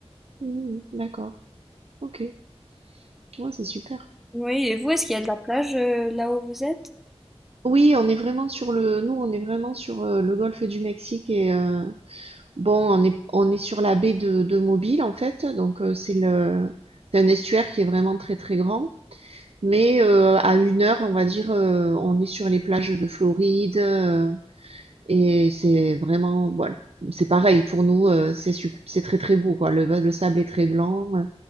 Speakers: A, on the right (about 65°); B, in the centre.
A: Mmh, d'accord. OK. Ouais, c'est super.
B: Oui, et vous, est-ce qu'il y a de la plage euh, là où vous êtes?
A: Oui, on est vraiment sur le, nous, on est vraiment sur euh, le golfe du Mexique et euh, bon, on est, on est sur la baie de, de Mobile en fait, donc euh, c'est le, c'est un estuaire qui est vraiment très très grand, mais euh, à une heure, on va dire, euh, on est sur les plages de Floride euh, et c'est vraiment, voilà, c'est pareil pour nous, euh, c'est sup- c'est très très beau quoi. Le, le sable est très blanc, euh,